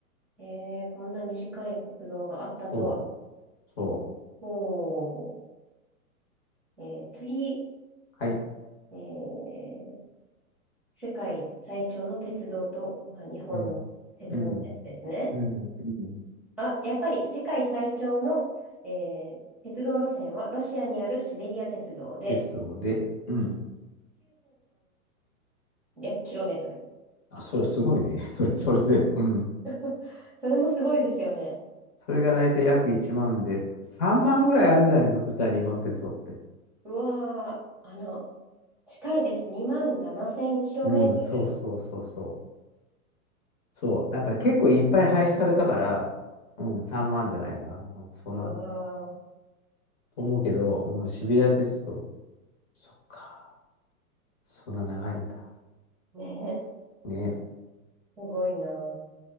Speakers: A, in the centre; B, on the left (about 45°).
A: えー、こんな短い国道があったとは。
B: そう、そう。
A: おー。えー、次、
B: はい。
A: えー、世界最長の鉄道と、まあ、日本の鉄道のやつですね。
B: うん。うん。うん、うん。
A: あ、やっぱり世界最長の、えー鉄道路線はロシアにあるシベリア鉄道で
B: ですので、うん。
A: 9300km。
B: あ、それはすごいね。<laughs> それ、それで、うん。
A: <laughs> それもすごいですよね。
B: それが大体約1万で、3万ぐらいあるんじゃないのひょっとしたら日本鉄道って。
A: うわー、あの、近いです。2万 7000km。
B: うん、そうそうそうそう。そう、なんか結構いっぱい廃止されたから、うん、3万じゃないんだな。うん、そんな、
A: うわ
B: と思うけど、うん、シベリア鉄道。
A: ー、
B: そっか。そんな長いんだ。
A: ねえ、
B: ね、
A: すごいな。